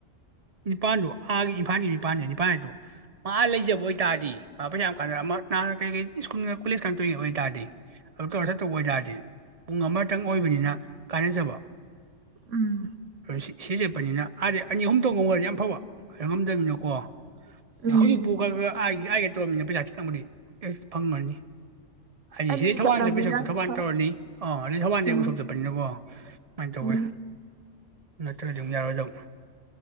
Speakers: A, on the right (about 35°); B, on the right (about 85°).
A: ꯅꯤꯄꯥꯜꯗꯣ ꯑꯥꯒꯤ ꯏꯝꯐꯥꯜꯒꯤ ꯅꯤꯄꯥꯜꯗ ꯅꯤꯄꯥꯜꯗ ꯃꯥ ꯂꯩꯖꯕ ꯑꯣꯏ ꯇꯥꯔꯗꯤ ꯃꯥ ꯄꯩꯁꯥ ꯌꯥꯝ ꯀꯥꯟ ꯅꯍꯥꯟ ꯀꯩꯀꯩ ꯁ꯭ꯀꯨꯜ ꯀꯣꯂꯦꯖ ꯈꯇꯣꯏꯔꯤꯩ ꯑꯣꯏꯕ ꯇꯥꯔꯗꯤ ꯑꯗꯨ ꯇꯧꯔ ꯁ ꯇꯧꯕ ꯑꯣꯏ ꯇꯥꯔꯗꯤ ꯄꯨꯡ ꯑꯃꯇꯪ ꯑꯣꯏꯕꯅꯤꯅ ꯀꯥꯟꯅꯖꯕ
B: ꯎꯝ
A: ꯁꯤ ꯁꯤ ꯆꯠꯄꯅꯤꯅ ꯑꯥꯗꯤ ꯑꯅꯤ ꯑꯍꯨꯝ ꯊꯣꯛꯧ ꯉꯝ ꯑꯣꯏꯣꯏꯗꯤ ꯌꯥꯝ ꯐꯕ ꯉꯝꯗꯅꯤꯅꯀꯣ
B: ꯎꯝ
A: ꯍꯧꯖꯤ ꯄꯨ ꯒꯔꯥ ꯒꯔꯥ ꯑꯥꯏ ꯏ ꯌꯥꯏꯒꯦ ꯇꯧꯔꯕꯃꯤꯅ ꯄꯩꯁꯥ ꯈꯤꯇꯪꯕꯨꯗꯤ ꯑꯦ ꯐꯪꯝꯃꯅꯤ ꯍꯥꯏꯗꯤ
B: ꯑꯅꯤ
A: ꯁꯤꯗꯩ ꯊꯧꯕꯥꯜ
B: ꯆꯠꯂꯝꯅꯤꯅ
A: ꯑꯃ ꯆꯠꯄ ꯁꯛꯇꯨ ꯊꯧꯕꯥꯜ
B: ꯍꯣꯏ
A: ꯇꯧꯔꯅꯤ ꯑꯥ ꯑꯗꯨꯩ ꯊꯧꯕꯥꯜꯁꯦ ꯑꯃꯨꯛꯁꯨ
B: ꯎꯝ
A: ꯆꯠꯄꯅꯤꯅꯀꯣ ꯑꯗꯨꯨꯃꯥꯏꯅ ꯇꯧꯋꯦ
B: ꯎꯝ
A: ꯅꯠꯇꯅꯗꯤ ꯑꯃꯨꯛ ꯌꯥꯔꯣꯏꯗꯕ